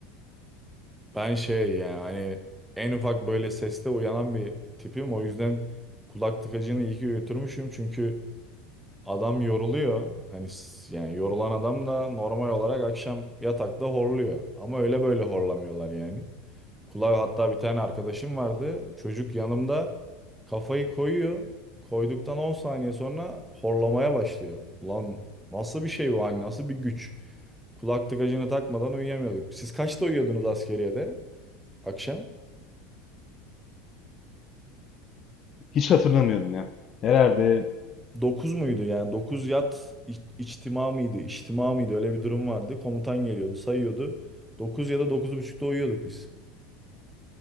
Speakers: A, in the centre; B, on the left.
A: Ben şey yani hani en ufak böyle seste uyanan bir tipim. O yüzden kulak tıkacını iyi ki götürmüşüm. Çünkü adam yoruluyor. Hani s- yani yorulan adam da normal olarak akşam yatakta horluyor. Ama öyle böyle horlamıyorlar yani. Kulağı hatta bir tane arkadaşım vardı. Çocuk yanımda kafayı koyuyor. Koyduktan 10 saniye sonra horlamaya başlıyor. Ulan nasıl bir şey bu hani nasıl bir güç? Kulak tıkacını takmadan uyuyamıyorduk. Siz kaçta uyuyordunuz askeriyede akşam?
B: Hiç hatırlamıyorum ya. Herhalde
A: 9 muydu yani Dokuz yat iç- içtima mıydı? İçtima mıydı? Öyle bir durum vardı. Komutan geliyordu sayıyordu. 9 ya da dokuz buçukta uyuyorduk biz.